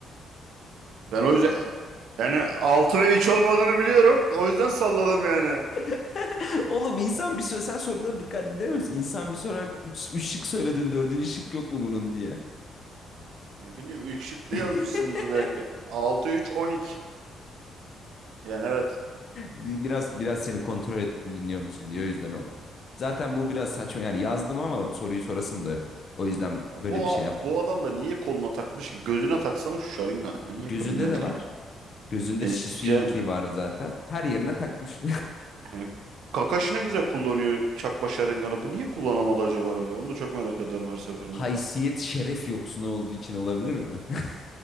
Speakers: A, on the right; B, on the left.
A: Ben o yüzden yani 6 ve 3 olmadığını biliyorum. O yüzden salladım yani.
B: <laughs> Oğlum insan bir söyle sen soruları dikkat edemiyor musun? İnsan bir sorar üç üç şık söyledin dördüncü şık yok mu bunun diye.
A: Ne bileyim ilk şıklı yazmışsındır
B: <laughs>
A: belki. altı üç on iki Yani evet.
B: Bir- Biraz biraz seni kontrol ettim dinliyor musun diye o yüzden oldu. Zaten bu biraz saçma yani yazdım ama soruyu sorasım da yok. O yüzden
A: Ya
B: böyle
A: bu
B: bir şey
A: a-
B: yaptım.
A: bu adam da niye koluna takmış? ki? Gözüne taksana şu şarınganı. Manyak
B: Gözünde
A: mıdır nedir
B: de var.
A: ya?
B: Gözünde
A: E,
B: Şisuinkli
A: yani,
B: vardı zaten. Her yerine takmış.
A: yani Kakashi ne güzel kullanıyor çakma şarınganı. Bu niye kullanamadı acaba öyle? Onu da çok merak ederim her seferinde.
B: <laughs> Haysiyet şeref yoksunu olduğu için olabilir mi? <laughs>